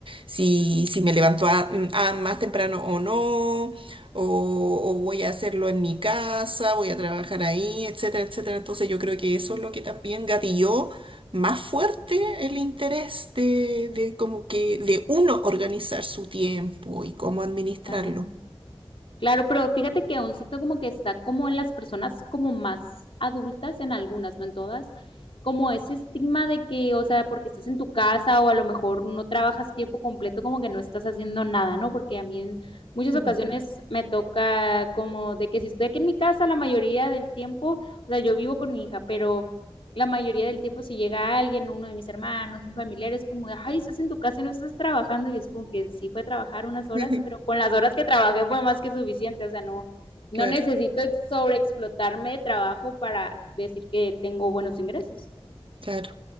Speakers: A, on the right; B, on the left.
A: si, si me levanto a- mm, a más temprano o no, o, o voy a hacerlo en mi casa, voy a trabajar ahí, etcétera, etcétera. Entonces, yo creo que eso es lo que también gatilló más fuerte el interés de, de como que de uno organizar su tiempo y cómo administrarlo.
B: claro. Claro, pero fíjate que aún siento como que está como en las personas como más adultas, en algunas, no en todas, como ese estigma de que, o sea, porque estás en tu casa o a lo mejor no trabajas tiempo completo, como que no estás haciendo nada, ¿no? Porque a mí en muchas
A: Mm.
B: ocasiones me toca como de que si estoy aquí en mi casa la mayoría del tiempo, o sea, yo vivo con mi hija, pero la mayoría del tiempo si llega alguien, uno de mis hermanos, un familiar, es como, ay, estás en tu casa y no estás trabajando. Y es como que sí fue trabajar unas
A: <laughs>
B: horas, pero con las horas que trabajé fue más que suficiente. O sea, no, no
A: Claro,
B: necesito sobreexplotarme de trabajo para decir que tengo buenos ingresos.
A: claro.